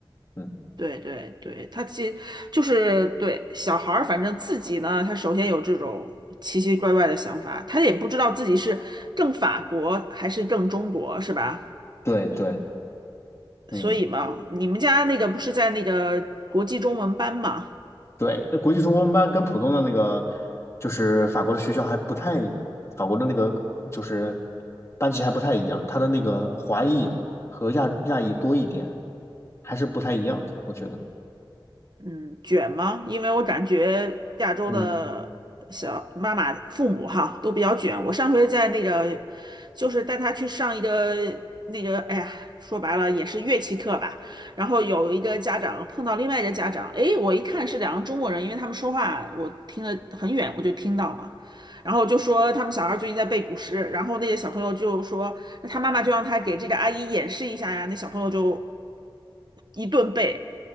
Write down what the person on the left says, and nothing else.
嗯，
对对，嗯。
对，那国际中文班跟普通的那个，就是法国的学校还不太，法国的那个就是班级还不太一样，它的那个华裔和亚亚裔多一点，还是不太一样的，我觉得。
嗯，